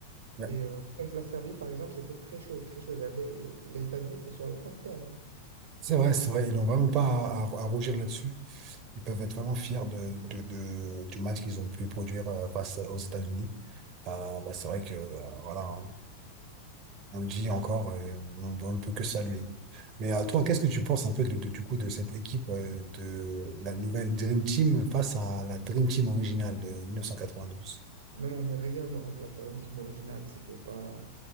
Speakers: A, on the right (about 35°); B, on the right (about 65°).
A: Ouais.
B: Et euh, contre la Serbie, par exemple, c'était très chaud, très chaud. Ils avaient... Les États-Unis étaient sur le point de perdre. hein.
A: C'est vrai, c'est vrai. Ils n'ont vraiment pas à, à- à rougir là-dessus. Ils peuvent être vraiment fiers de, de- de- du match qu'ils ont pu produire euh, face aux États-Unis. Euh, bah, c'est vrai que, euh, voilà, hein. on le dit encore, euh, on, on ne peut que saluer. Mais euh, toi, qu'est-ce que tu penses un peu de- de- du coup de cette équipe euh, de la nouvelle Dream Team face à la Dream Team originale de 1992?
B: non, non, mais rien ne remplace la Dream Team originale. C'était pas...